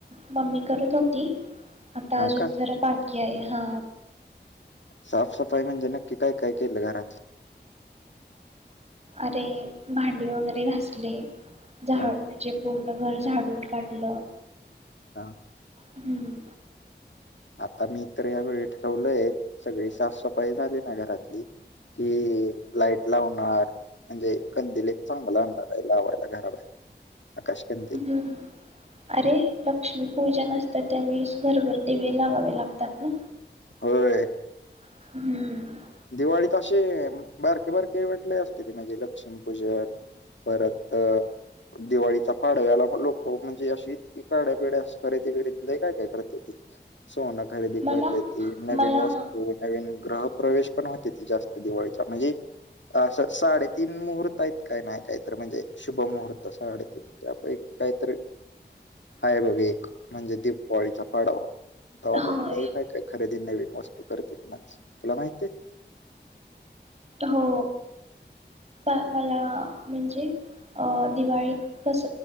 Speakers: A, on the right (about 35°); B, on the left (about 85°).
A: मम्मी करत होती आता
B: हा
A: अजून
B: का
A: जरा बाकी <unintelligible> हा
B: साफसफाई म्हणजे नक्की काय?? काय? केलं घरातलं
A: अरे भांडी वगैरे घासली झाड
B: हा
A: म्हणजे? पूर्ण घर झाडून काढल
B: हा
A: हम्म
B: आता मी तर यावेेळी ठरवलय सगळी साफसफाई झाली ना घरातली कि लाईट लावणार म्हणजे कंदील एक चांगला आणणार आहे लावायला घराबाहेर आकाश कंदील.
A: हम्म अरे लक्ष्मी पूजा नसते त्यावेळेस भरभर दिवे लावावे लागतात ना
B: होय
A: हम्म
B: दिवाळीत असे बारके बारके वाेटले असते ते म्हणजे लक्ष्मीपूजन परत दिवाळीचा पाडव्याला लोक म्हणजे अशी इतकी गाड्या बिड्या खरेदी बरेदी काय काय? करते ती सोन खरेदी
A: मला
B: करते ती नवीन
A: मला
B: वस्तू नवीन ग्राहक प्रवेश पण होते ती जास्त दिवाळीच्या म्हणजे असा साडेतीन मुहूर्त आहेत काय नाही काहीतर म्हणजे शुभ मुहूर्त साडेतीनच्या पैकी काहीतरी आहे बघ एक म्हणजे दीपावली पाडवा तवा बघू
A: होय
B: काय काय? खरेदी नवीन वस्तू करत्यात माणसं तुला माहिती आहे.
A: हो पण मला म्हणजे अ दिवाळीत कस